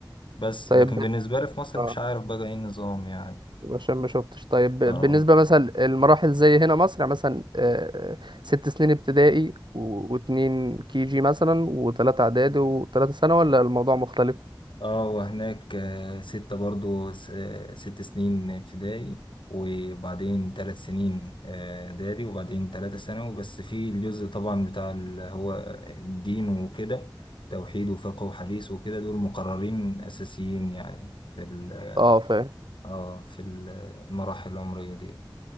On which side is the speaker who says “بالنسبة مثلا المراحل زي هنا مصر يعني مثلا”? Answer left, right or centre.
Right